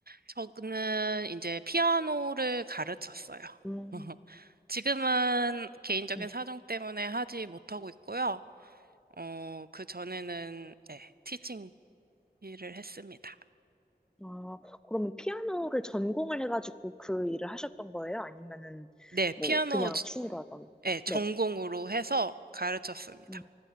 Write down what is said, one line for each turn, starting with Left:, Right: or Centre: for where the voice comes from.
Right: 저는 이제 피아노를 가르쳤어요.
Centre: 음,
Right: <laughs> 지금은 개인적인
Centre: 음.
Right: 사정 때문에 하지 못하고 있고요. 어, 그 전에는 네, 티칭 일을 했습니다.
Centre: 아, 그러면 피아노를 전공을 해가지고 그 일을 하셨던 거예요? 아니면은
Right: 네,
Centre: 뭐
Right: 피아노
Centre: 그냥
Right: 주-
Centre: 취미로 하던?
Right: 네, 전공으로
Centre: 네.
Right: 해서 가르쳤습니다.
Centre: 음,